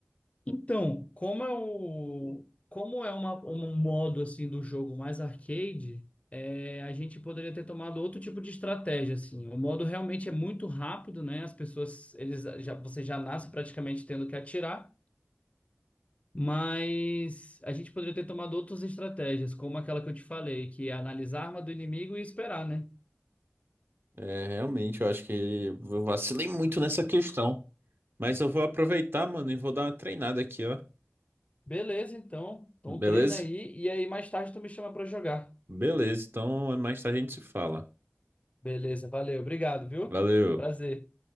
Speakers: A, on the left; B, on the right.
A: Então, como é o, como é uma, um modo assim do jogo mais arcade, é, a gente poderia ter tomado outro tipo de estratégia, assim. O modo realmente é muito rápido, né? As pessoas, eles já, você já nasce praticamente tendo que atirar. Mas a gente poderia ter tomado outras estratégias, como aquela que eu te falei, que é analisar a arma do inimigo e esperar, né?
B: É, realmente, eu acho que eu vacilei muito nessa questão. Mas eu vou aproveitar, mano, e vou dar uma treinada aqui, ó.
A: Beleza, então. Então
B: Beleza?
A: treina aí e aí mais tarde tu me chama pra jogar.
B: Beleza, então mais tarde a gente se fala.
A: Beleza, valeu, obrigado, viu?
B: Valeu.
A: Prazer.